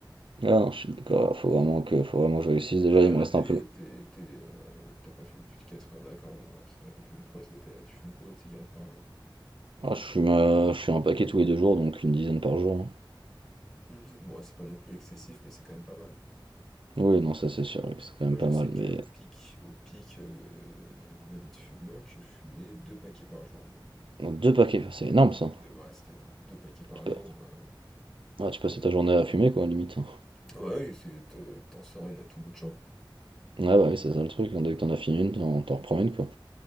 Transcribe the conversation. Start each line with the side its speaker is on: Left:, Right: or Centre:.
Right: Ah non, je suis d'accord, faut vraiment que, faut vraiment que je réussisse.
Centre: Mais
Right: Déjà,
Centre: là,
Right: il
Centre: là,
Right: me reste
Centre: t'es,
Right: un peu.
Centre: t'es- t'es, euh, t'as pas fumé plus de 4 heures, d'accord, bon, c'est pas non plus une prouesse, mais t'as- tu fumes combien de cigarettes par jour?
Right: Ah, je fume, euh, je fume un paquet tous les deux jours, donc une dizaine par jour. hein.
Centre: Ils me disent, bon, c'est pas non plus excessif, mais c'est quand même pas mal.
Right: Oui, non, ça c'est sûr, oui, c'est quand
Centre: Moi,
Right: même
Centre: je
Right: pas
Centre: sais
Right: mal,
Centre: qu'au
Right: mais.
Centre: pic, au pic euh, de ma vie de fumeur, je fumais deux paquets par jour, moi.
Right: Deux paquets, c'est énorme ça.
Centre: De vrai, c'était énorme. Deux paquets par
Right: Tu peux...
Centre: jour, euh,
Right: ouais, tu
Centre: j'avais...
Right: passes ta journée à fumer, quoi, limite. hein.
Centre: Ouais, oui, c'est, t'en t'en sors une à tout bout de champ.
Right: Ouais, bah oui, c'est ça le truc, hein, dès que t'en as fini une, t'en t'en reprends une, quoi.